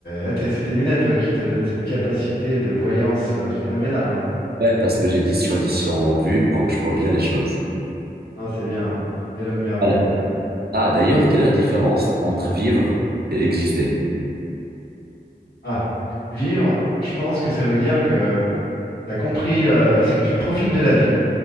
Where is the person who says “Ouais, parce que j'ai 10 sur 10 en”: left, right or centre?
Right